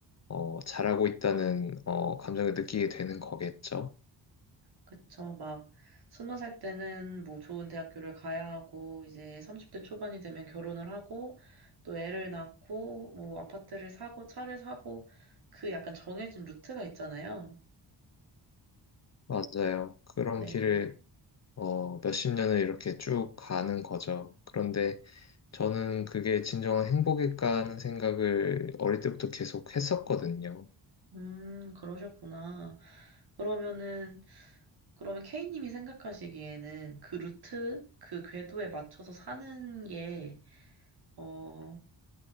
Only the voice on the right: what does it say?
그쵸. 막, 스무 살 때는 뭐 좋은 대학교를 가야 하고, 이제 30대 초반이 되면 결혼을 하고, 또 애를 낳고, 뭐 아파트를 사고, 차를 사고, 그 약간 정해진 루트가 있잖아요.
네.
음, 그러셨구나. 그러면은, 그러면 K님이 생각하시기에는 그 루트, 그 궤도에 맞춰서 사는 게, 어,